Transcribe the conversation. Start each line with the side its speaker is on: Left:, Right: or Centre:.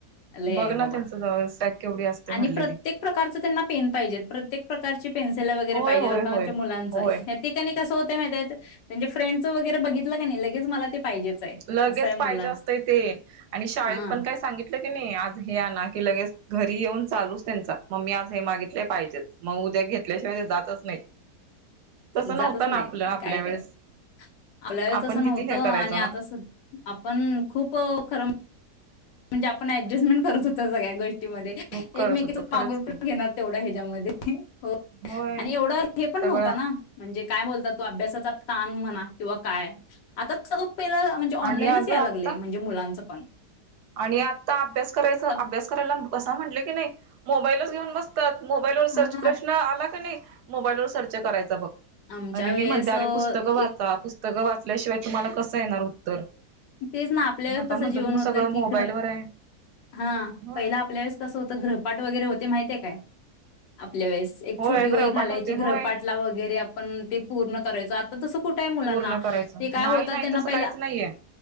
Left: लय
Right: बघ
Left: आहे
Right: ना
Left: बाबा.
Right: त्यांचं सॅक केवढी असते भरलेली
Left: आणि प्रत्येक प्रकारच त्यांना पेन पाहिजेत. प्रत्येक एक प्रकारची पेन्सिला वगैरे
Right: होय
Left: पाहिजेत
Right: होय
Left: आता
Right: होय
Left: आमच्या मुलांच
Right: होय
Left: ते कनी कस होते माहितीये त? त्यांचे फ्रेंड च वगैरे बघितलं का नाही लगेच मला ते पाहिजेच आहे
Right: लगेच
Left: असं आहे मुलांच
Right: पाहिजे असतंय ते, आणि शाळेत
Left: हा
Right: पण काय सांगितलं की नाही आज हे आना की लगेच घरी येऊन चालूच त्यांचा. मम्मी आज हे मागितले पाहिजेच. म उद्या घेतल्याशिवाय ते जातच नाहीत. तसं
Left: जातच
Right: नव्हतं
Left: नाहीत.
Right: ना आपलं आपल्या
Left: काय कर
Right: वेळेस
Left: आपल्या वेळेस
Right: आपण
Left: असं
Right: किती
Left: नव्हतं
Right: हे
Left: आणि
Right: करायचो
Left: आता
Right: ना
Left: स आपण खूप खरं म् म्हणजे, आपण ऍडजस्टमेंट करत होत सगळ्या गोष टीमध्ये
Right: खूप करत
Left: एकमेकींच
Right: होतो
Left: मागून
Right: खरंच
Left: पण
Right: की
Left: घेणार तेवढ्या ह्याच्यामध्ये हो
Right: होय
Left: आणि एवढं हे पण
Right: सगळं
Left: नव्हतं ना म्हणजे, काय बोलता तो अभ्यासाचा ताण म्हणा किंवा काय आता सग पहिल म्हणजे, ऑनलाईनच
Right: आणि अगं
Left: याय लागले
Right: आता
Left: म्हणजे मुलांचं. पण
Right: आणि आता अभ्यास करायचं
Left: आता
Right: अभ्यास करायला ब बसा म्हटलं की नाही मोबाईल लच घेऊन बसतात. मोबाईल व सर्च
Left: हां
Right: प्रश्न आला का नाही, मोबाईल वर सर्च करायचं बघ.
Left: आमच्या
Right: आणि मी
Left: वेळेस
Right: म्हणते अरे पुस्तकं
Left: एक
Right: वाचा? पुस्तकं वाचल्याशिवाय तुम्हाला कसं येणार उत्तर?
Left: तेच ना आपल्या
Right: मग
Left: वेळेस
Right: आता
Left: कसं
Right: म्हणतात
Left: जीवन
Right: मग
Left: होतं
Right: सगळं
Left: की
Right: मोबाईलवर
Left: ग्रह,
Right: आहे
Left: हां.
Right: होय
Left: पहिले आपल्या वेळेस कसं होतं ग्रहपाठ वेगरे होतेय माहितीये काय? आप आपल्या वेळेस एक
Right: होय
Left: छोटी
Right: ग्रहपाठ
Left: वही घालायची
Right: होते
Left: ग्रहपाटला
Right: होय
Left: वगैरे आप पण ते पूर्ण करायचो. आत तस कुठं आहे मुलांना?
Right: पूर्ण करायचं
Left: ते काय
Right: नाही
Left: होतं
Right: नाही
Left: त्यांना
Right: तसं
Left: पहिला
Right: काहीच नाहीये